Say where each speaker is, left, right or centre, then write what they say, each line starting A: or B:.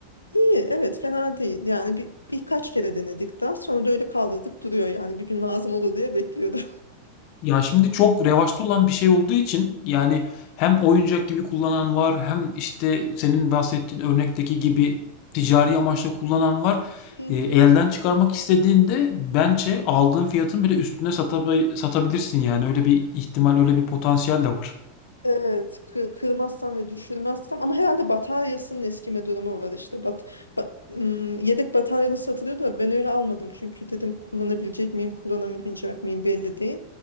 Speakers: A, on the left; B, on the left.
A: iyi evet fena değil. Yani bir, birkaç kere denedik daha sonra da öyle kaldırdık duruyor yani bir gün lazım olur diye bekliyordum.
B: Ya şimdi çok revaçta olan bir şey olduğu için yani hem oyuncak gibi kullanan var hem işte senin bahsettiğin örnekteki gibi ticari amaçla kullanan var.
A: <laughs>
B: E, elden çıkarmak istediğinde bence aldığın fiyatın bile üstüne satabi- satabilirsin yani öyle bir ihtimal öyle bir potansiyel de var.
A: Evet, kı- kırmazsam ve düşürmezsem ama herhalde bataryasının eskime durumu var işte. Bat, ba- ım, yedek bataryalı satılıyor da ben öyle almadım çünkü dedim kullanabilecek miyim, kullanamayacak mıyım belli değil.